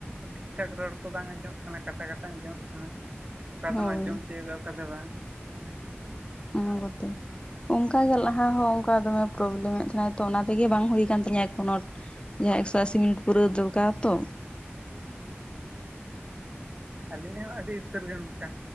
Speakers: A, on the right (about 35°); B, on the left (about 25°).
A: ᱴᱷᱤᱠ ᱴᱷᱟᱠ ᱨᱚᱲ ᱠᱚ ᱵᱟᱝ ᱟᱸᱡᱚᱢ ᱠᱟᱱᱟ, ᱠᱟᱴᱟ ᱠᱟᱴᱟ ᱟᱸᱡᱚᱢᱚᱜ ᱠᱟᱱᱟ᱾ ᱚᱠᱟᱫᱟᱢ
B: ᱦᱳᱭ
A: ᱟᱸᱡᱚᱢ ᱛᱤᱭᱳᱜᱟ ᱚᱠᱟ ᱫᱚ ᱵᱟᱝ ᱫᱚ ᱵᱟᱝ᱾
B: ᱚᱱᱟ ᱜᱚᱛᱮ᱾ ᱚᱱᱠᱟᱜᱮ ᱞᱟᱦᱟ ᱦᱚᱸ ᱚᱱᱠᱟ ᱫᱚᱢᱮ ᱯᱨᱚᱵᱞᱮᱢᱮᱫ ᱛᱟᱦᱮᱱᱟᱭ ᱛᱚ ᱚᱱᱟ ᱛᱮᱜᱮ ᱵᱟᱝ ᱦᱩᱭ ᱟᱠᱟᱱ ᱛᱤᱧᱟᱹ ᱮᱠᱷᱚᱱᱳ᱾ ᱡᱟᱦᱟᱸ ᱮᱠᱥᱚ ᱟᱥᱤ ᱢᱤᱱᱤᱴ ᱯᱩᱨᱟᱹᱣ ᱫᱚᱨᱠᱟᱨ ᱛᱚ᱾
A: ᱟᱞᱤᱧᱟᱜ ᱦᱚᱸ ᱟᱹᱰᱤ ᱩᱛᱟᱹᱨ ᱜᱮ ᱚᱱᱠᱟ᱾